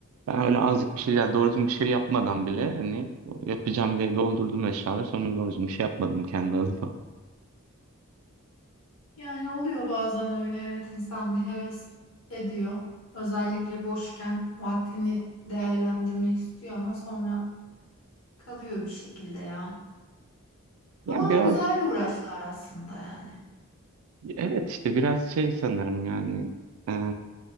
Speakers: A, on the right; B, on the left.
A: Ben öyle azıcık bir şey, yani doğru düzgün bir şey yapmadan bile hani yapacağım diye doldurdum eşyaları. Sonra doğru düzgün bir şey yapmadım kendi adıma.
B: Yani oluyor bazen öyle evet insan bir heves ediyor. Özellikle boşken vaktini değerlendirmek istiyor ama sonra kalıyor bir şekilde ya.
A: Yani
B: Ama
A: biraz,
B: güzel uğraşlar aslında yani.
A: evet işte biraz şey sanırım yani. e,